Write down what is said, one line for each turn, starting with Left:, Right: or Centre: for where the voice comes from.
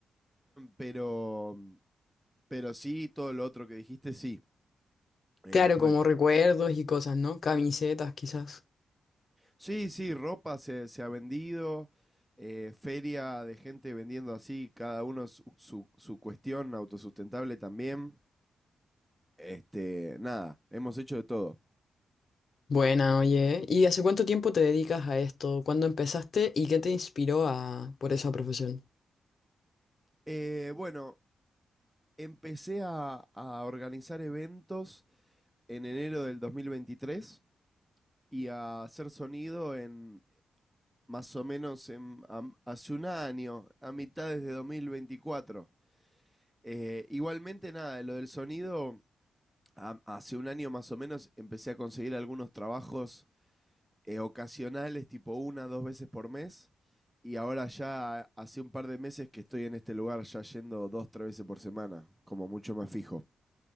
Centre: Pero, pero sí, todo lo otro que dijiste, sí. Eh,
Left: Claro,
Centre: pues,
Left: como recuerdos y cosas, ¿no? Camisetas, quizás.
Centre: sí, sí, ropa se, se ha vendido, eh, feria de gente vendiendo así, cada uno su, su, su cuestión autosustentable también. Este, nada, hemos hecho de todo.
Left: Buena, oye. ¿Y hace cuánto tiempo te dedicas a esto? ¿Cuándo empezaste y qué te inspiró a por esa profesión?
Centre: Eh, bueno, empecé a, a organizar eventos en enero del dos mil veintitrés y a hacer sonido en más o menos en, am- hace un año, a mitades de 2024. Eh, igualmente, nada, lo del sonido, a- hace un año más o menos empecé a conseguir algunos trabajos eh, ocasionales, tipo una, dos veces por mes. Y ahora ya hace un par de meses que estoy en este lugar ya yendo dos, tres veces por semana, como mucho más fijo.